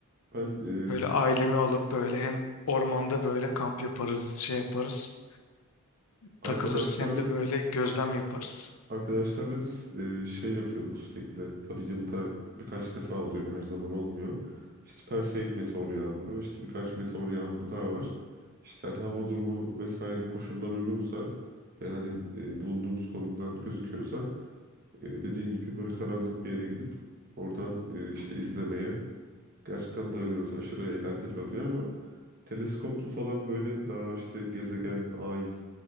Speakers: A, on the right; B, on the left.
A: Ben e,
B: Böyle ailemi alıp böyle hem ormanda böyle kamp yaparız, şey yaparız,
A: arkadaşlarla
B: takılırız hem de
A: biz
B: böyle gözlem yaparız.
A: Arkadaşlarla biz e, şey yapıyorduk sürekli. Tabii yılda birkaç defa oluyor, her zaman olmuyor. İşte Perseid meteor yağmuru, işte birkaç meteor yağmuru daha var. İşte hani hava durumu vesaire koşullar uygunsa ve hani e, bulunduğumuz konumdan gözüküyorsa e, dediğin gibi böyle karanlık bir yere gidip oradan e, işte izlemeye gerçekten bayılıyoruz. Aşırı eğlenceli oluyor ama teleskoplu falan böyle daha işte gezegen, ay